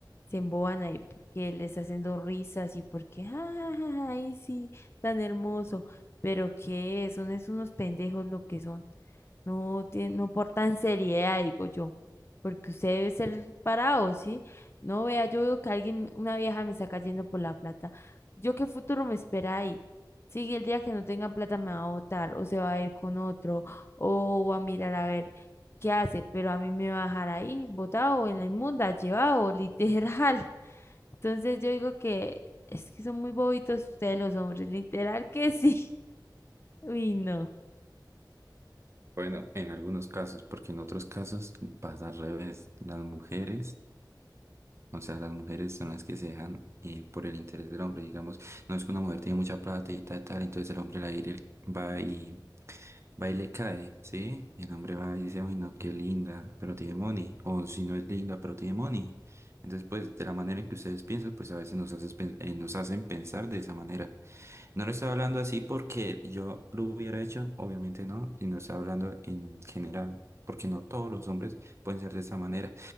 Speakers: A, on the left (about 30°); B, on the right (about 35°).
A: se emboban ahí porque les haciendo risas y porque, ja, ja, ja, ja, ay, sí, tan hermoso. Pero que son es unos pendejos lo que son. No, tie- no portan seriedad, digo yo, porque usted debe ser parado, ¿sí? No vea, yo veo que alguien, una vieja me está cayendo por la plata. ¿Yo qué futuro me espera ahí? Sí, el día que no tenga plata me va a botar, o se va a ir con otro, o va a mirar a ver qué hace, pero a mí me va a dejar ahí, botado, en la inmunda, llevado, <laughs> literal. Entonces yo digo que es que son muy bobitos ustedes los hombres, literal que sí. <laughs> Uy, no.
B: Bueno, en algunos casos, porque en otros casos pasa al revés. Las mujeres, o sea, las mujeres son las que se dejan eh, por el interés del hombre, digamos. No es que una mujer tiene mucha plata y tal, tal, entonces el hombre la ir- va y, va y le cae, ¿sí? El hombre va y dice, ay, no, qué linda, pero tiene money. O si no es linda, pero tiene money. Entonces, pues, de la manera en que ustedes piensan, pues a veces nos haces pen- eh, nos hacen pensar de esa manera. No lo estoy hablando así porque yo lo hubiera hecho, obviamente no, sino estoy hablando en general, porque no todos los hombres pueden ser de esa manera.